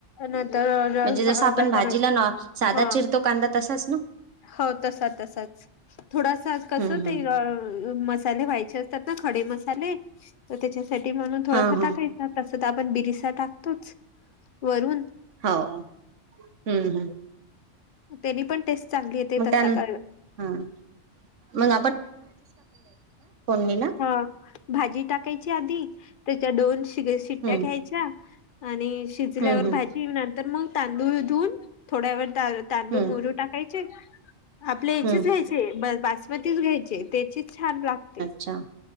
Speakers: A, on the left (about 55°); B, on the right (about 85°).
A: नंतर
B: म्हणजे जस आपण
A: लसण
B: भाजीला न साधा
A: हा
B: चिरतो कांदा तसाच ना हो.
A: हो तसा तसाच थोडासा कसे
B: हम्म
A: ते
B: हम्म
A: मसाले व्हायचे. खडे मसाले तर त्याच्यासाठी म्हणून थोडसा
B: हा
A: टाकायच त. तर आपण बिरसा टाकतोचं वरून.
B: हो हम्म हम्म्.
A: त्यानी पण टेस्ट चांगली येते तसा
B: त्या
A: कर.
B: हा मग आहे ना.
A: हा भाजी टाकायची आधी त्याच्या दोन शिट्ट्या
B: हम्म
A: घ्यायच्या आणि शिजल्याकि.
B: हम्म हम्म
A: भाजी तर मग तांदूळ. थोड्या व तांदूळमोजून
B: हम्म
A: टाकायचे आपल्या याचेच
B: हम्म
A: घ्यायचेबास. तीचं घ्यायचे त्याचीच छान लागते.
B: अच्छा